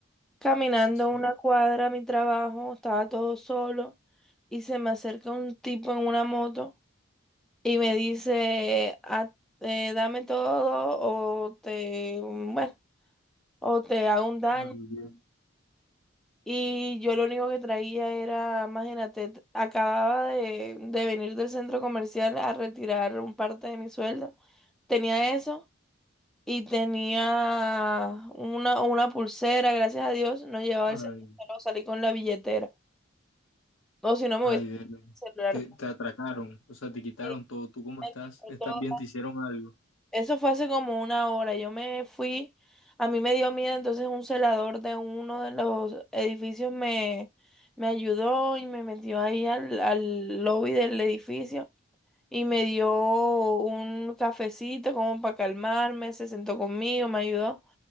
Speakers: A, in the centre; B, on the left (about 70°).
A: caminando
B: Sí.
A: una cuadra a mi trabajo, estaba todo solo y se me acerca un tipo en una moto y me dice, "Ah, eh, dame todo o te, bueno, o te hago un daño.
B: Ay, Dios.
A: Y yo lo único que traía era, imagínate, t- acababa de, de venir del centro comercial a retirar un parte de mi sueldo. Tenía eso y tenía una, una pulsera, gracias a Dios, no llevaba
B: Ay,
A: el celular, pero salí con la billetera. O si no, me
B: ay,
A: hubiese el
B: Bere.
A: celular.
B: Te, te atracaron, o sea, te quitaron
A: Sí,
B: todo. ¿Tú cómo
A: me
B: estás?
A: quitó
B: ¿Estás
A: todo
B: bien? ¿Te hicieron algo?
A: Eso fue hace como una hora. Yo me fui, a mí me dio miedo, entonces un celador de uno de los edificios me, me ayudó y me metió ahí al, al lobby del edificio y me dio un cafecito como para calmarme, se sentó conmigo, me ayudó